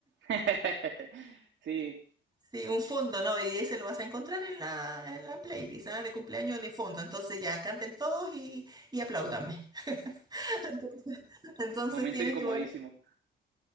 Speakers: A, on the right; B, on the right.
A: <laughs> sí,
B: Sí, un fondo, ¿no? Y ese lo vas a encontrar en la, en la playlist, ¿ah? De cumpleaños de fondo. Entonces ya canten todos y, y apláudanme. <laughs> Entonces, entonces
A: momento
B: tienes
A: incomodísimo.
B: que poner